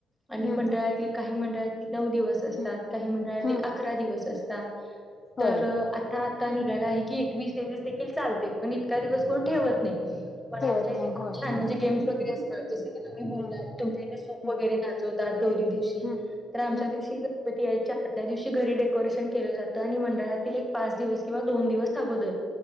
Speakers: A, in the centre; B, on the left.
A: आणि
B: हम्म
A: मंडळातील काही मंडळातील नऊ दिवस असतात
B: हम्म
A: काही मंडळातील
B: हम्म
A: आकरा दिवस असतात
B: होय
A: तर पत्ता नि गाला आहे. की एकवीस देवीस देखील चालते. पण इतका दिवस कोण ठेवत नाही. पण
B: ठेवत
A: आमच्या
B: नाही
A: इथे खूप
B: होय
A: छान म्हणजे, गेम्स वगैरे असतात जस की तुम्ही, बोललात
B: हम्म
A: तुमच्या इथे सूप
B: हम्म
A: वगैरे नाचवतात गौरी दिवशी
B: हम्म
A: तर आमच्या
B: हम्म
A: दिवशी याच्या आदल्या दिवशी घरी डेकोरेशन केलं जातं आणि मडळ <unintelligible> पाच. <unintelligible> दोन दिवस अगोदर.